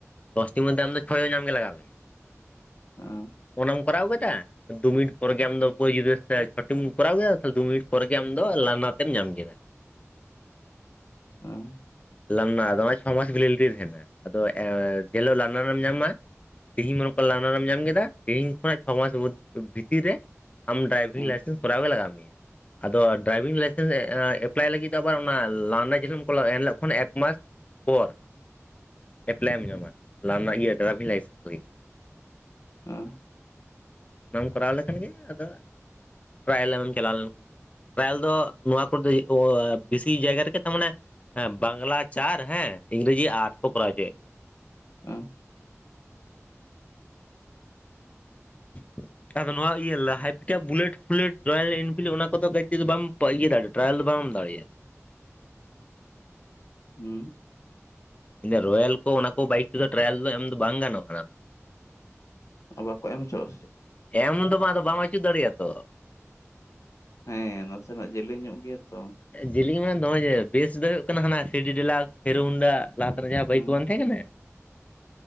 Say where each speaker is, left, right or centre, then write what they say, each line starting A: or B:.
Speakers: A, on the left; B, on the left.
A: ᱫᱚᱥᱴᱤ ᱢᱚᱫᱷᱮ ᱟᱢᱫᱚ ᱪᱷᱚᱭ <unintelligible> ᱧᱟᱢ ᱜᱮ ᱞᱟᱜᱟᱣ ᱢᱮᱭᱟ
B: ᱦᱮᱸ
A: ᱚᱱᱟᱢ ᱠᱚᱨᱟᱣ ᱠᱮᱫᱟ ᱫᱩ ᱢᱤᱱᱴ ᱯᱚᱨᱮᱜᱮ ᱟᱢ ᱫᱚ ᱚᱠᱚᱭ ᱜᱤᱫᱽᱨᱟᱹ ᱥᱟᱛᱮ ᱪᱷᱚᱴᱤᱢ ᱠᱚᱨᱟᱣ ᱠᱮᱫᱟ ᱛᱚ ᱫᱩ ᱢᱤᱱᱤᱴ ᱯᱚᱨᱮ ᱜᱮ ᱟᱢ ᱫᱚ ᱞᱟᱱᱟ ᱛᱮᱢ ᱧᱟᱢ ᱮᱫᱟ
B: ᱩᱸ
A: ᱞᱟᱱᱱᱟ ᱟᱫᱚ ᱪᱷᱚ ᱢᱟᱥ ᱵᱷᱮᱞᱤᱞᱤᱴᱤ ᱛᱟᱦᱮᱱᱟ ᱟᱫᱚ ᱮ ᱡᱮ ᱦᱤᱞᱳᱜ ᱞᱟᱱᱱᱟᱨ ᱨᱮᱢ ᱧᱟᱢᱟ ᱛᱤᱦᱤᱧ ᱢᱟ ᱚᱝᱠᱟ ᱞᱟᱨᱱᱟᱨ ᱮᱢ ᱧᱟᱢ ᱠᱮᱫᱟ ᱛᱤᱦᱤᱧ ᱠᱷᱚᱱᱟᱜ ᱪᱷᱚ ᱢᱟᱥ ᱢᱩᱫ ᱵᱷᱤᱛᱤᱨ ᱨᱮ ᱟᱢ ᱰᱨᱟᱭᱵᱷᱤᱝ
B: ᱦᱮᱸ
A: ᱞᱟᱭᱥᱮᱱᱥ ᱠᱚᱨᱟᱣ ᱜᱮ ᱞᱟᱜᱟᱣ ᱢᱮᱭᱟ, ᱟᱫᱚ ᱰᱨᱟᱭᱵᱷᱤᱝ ᱞᱟᱭᱥᱮᱱᱥ ᱮ ᱮᱯᱞᱟᱭ ᱞᱟᱹᱜᱤᱜ ᱫᱚ ᱟᱵᱟᱨ ᱚᱱᱟ ᱞᱟᱨᱱᱟᱨ ᱡᱚᱠᱷᱚᱢ ᱠᱩᱞᱟ ᱮᱱᱦᱤᱞᱳᱜ ᱠᱷᱚᱱ ᱮᱠᱢᱟᱥ ᱯᱚᱨ ᱮᱯᱞᱟᱭᱮᱢ ᱧᱟᱢᱟ ᱞᱟᱱᱟ ᱤᱭᱟᱹ ᱰᱨᱟᱭᱵᱷᱤᱝ ᱞᱟᱭᱥᱮᱱᱥ ᱞᱟᱹᱜᱤᱜ᱾
B: ᱚᱸ
A: ᱚᱱᱟᱢ ᱠᱚᱨᱟᱣ ᱞᱮᱠᱷᱟᱱ ᱜᱮ ᱟᱫᱚ ᱴᱨᱟᱭᱮᱞ ᱮᱢᱮᱢ ᱪᱟᱞᱟᱣ ᱞᱮᱱᱠᱷᱟᱱ ᱜᱮ᱾ ᱴᱨᱟᱭᱟᱞ ᱫᱚ ᱱᱚᱣᱟ ᱠᱚᱨᱮ ᱚ ᱵᱮᱥᱤ ᱡᱟᱭᱜᱟ ᱨᱮᱜᱮ ᱛᱚ ᱢᱟᱱᱮ ᱦᱮᱸ ᱵᱟᱝᱞᱟ ᱪᱟᱨ ᱦᱮᱸ ᱤᱝᱨᱮᱡᱤ ᱟᱴ ᱠᱚ ᱠᱚᱨᱟᱣ ᱚᱪᱚᱭᱮᱜ
B: ᱚ
A: <inaudible> ᱟᱫᱚ ᱱᱚᱣᱟ ᱤᱭᱟᱹ ᱦᱟᱭ ᱯᱤᱠᱟᱯ ᱵᱩᱞᱮᱴ ᱯᱷᱩᱞᱮᱴ ᱨᱚᱭᱮᱞ ᱮᱱᱯᱷᱤᱞᱤ ᱚᱱᱟ ᱠᱚᱫᱚ ᱠᱟᱭᱮᱠᱴᱤ ᱫᱚ ᱵᱟᱢ ᱤᱭᱟᱹ ᱫᱟᱲᱮᱭᱟᱜᱼᱟ ᱴᱨᱟᱭᱟᱞ ᱫᱚ ᱵᱟᱢ ᱫᱟᱲᱮᱭᱟᱜᱼᱟ᱾
B: ᱩᱸ
A: ᱤᱧᱫᱚ ᱨᱚᱭᱮᱞ ᱠᱚ ᱚᱱᱟ ᱠᱚ ᱵᱟᱭᱤᱠ ᱛᱮᱫᱚ
B: ᱦᱮᱸ
A: ᱴᱨᱟᱭᱮᱞ ᱫᱚ ᱮᱢ ᱫᱚ ᱵᱟᱝ ᱜᱟᱱᱚᱜᱼᱟ᱾
B: ᱵᱟᱠᱚ ᱮᱢ ᱦᱚᱪᱚᱜᱼᱟ ᱥᱮ ᱪᱮᱜ?
A: ᱮᱢ ᱫᱚ ᱢᱟ ᱟᱫᱚ ᱵᱟᱢ ᱟᱹᱪᱩ ᱫᱟᱲᱮᱜᱼᱟ ᱛᱚ᱾
B: ᱦᱮᱸ ᱱᱟᱥᱮᱱᱟᱜ ᱡᱮᱞᱮᱧ ᱧᱚᱜ ᱜᱮᱭᱟ ᱛᱚ᱾
A: ᱡᱮᱞᱮᱧ ᱢᱟᱱᱮ ᱫᱚᱢᱮ ᱜᱮ ᱵᱮᱥ ᱫᱚ ᱦᱩᱭᱩᱜ ᱠᱟᱱᱟ ᱦᱟᱱᱟ ᱥᱤᱰᱤ ᱰᱮᱞᱟᱠᱥ ᱦᱮᱨᱚᱦᱩᱱ ᱰᱟ ᱞᱟᱦᱟ
B: ᱦᱩᱸ
A: ᱛᱮᱱᱟᱜ ᱡᱟᱦᱟᱸ ᱵᱟᱹᱭᱤᱠ
B: ᱦᱩᱸ
A: ᱠᱚ ᱵᱟᱝ ᱛᱟᱦᱮᱸ ᱠᱟᱱᱟ᱾